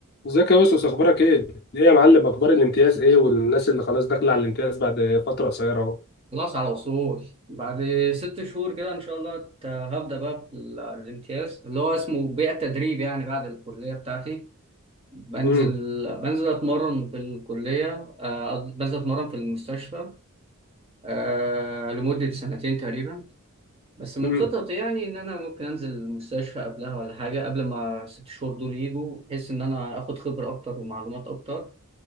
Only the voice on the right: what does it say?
خلاص على وصول بعد ست شهور كده ان شاء الله ت- هبدا بقى في ال- الامتياز اللي هو اسمه بيئه تدريب يعني بعد الكليه بتاعتي بنزل
بنزل اتمرن في الكليه آه، بنزل اتمرن في المستشفى آه، لمده سنتين تقريبا بس من
خططي يعني ان انا ممكن انزل المستشفى قبلها ولا حاجه قبل ما ست شهور دول يجوا بحيث ان انا اخد خبره اكتر ومعلومات اكتر